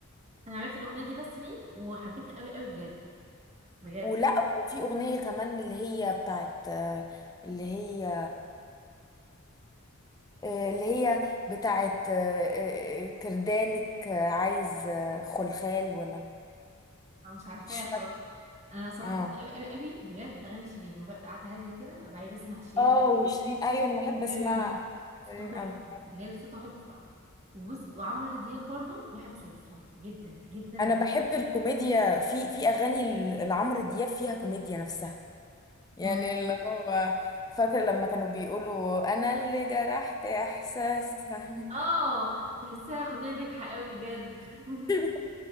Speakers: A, on the right; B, on the left.
A: انا عرفت الاغنية دي بس ليه وحبيتها قوي قوي بجد بجد
B: ولا وفي اغنيه كمان اللي هي بتاعت آه، اللي هي آه، اللي هي بتاعت آه، آه، آه، كردانك آه، عايز آه، خلخال ولا
A: انا مش عارفاها
B: مش فاكره
A: صراحة انا صراحة
B: اه
A: بحب قوي قوي قوي بجد اغاني شيرين لما ببقى قاعدة هادية كده ببقى عايزة اسمع شيرين
B: اه
A: قوي
B: وشيرين ايوه انا بحب اسمع
A: قوي صوتها
B: شيرين قوي
A: تحفة بجد صوتها تحفة وبص وعمرو دياب برضو بحب صوته صراحة جدا جدا جدا
B: انا بحب الكوميديا في في اغاني ال- لعمرو دياب فيها كوميديا نفسها يعني
A: مم.
B: اللي هو فاكر لما كانوا بيقولوا انا اللي جرحت احساسها
A: اه تحسها اغنية بجحة قوي بجد <laughs>
B: <laughs>